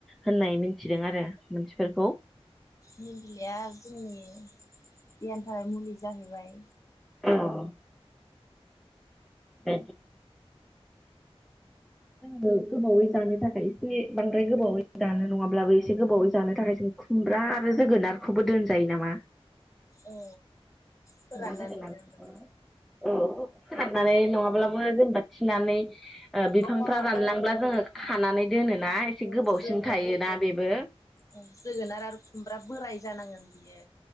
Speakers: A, in the centre; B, on the left.
A: होननाय मिथिदों आरो मानसिफोरखौ
B: निम बिलाइया जोंनि देहानि थाखाय मुलि जाहैबाय।
A: औ <unintelligible> जोङो गोबावै जानो थाखाय एसे बांद्राय गोबावै जानो नङाब्लाबो एसे गोबावै जानो थाखाय जों खुमब्रा आरो जोगोनारखौबो दोनजायो नामा?
B: औ फोराननानै
A: खुमब्रा जोगोनारखौबो
B: नामा
A: औ फोराननानै नङाब्लाबो जेनेबा थिनानै ओ बिफांफ्रा
B: अ औ
A: रानलांब्ला
B: औ
A: जोङो
B: औ
A: खानानै दोनोना एसे
B: औ
A: गोबावसिन
B: जोगोनार
A: थायोना बेबो
B: औ जोगोनार आरो खुमब्रा बोराय जानांगोन बियो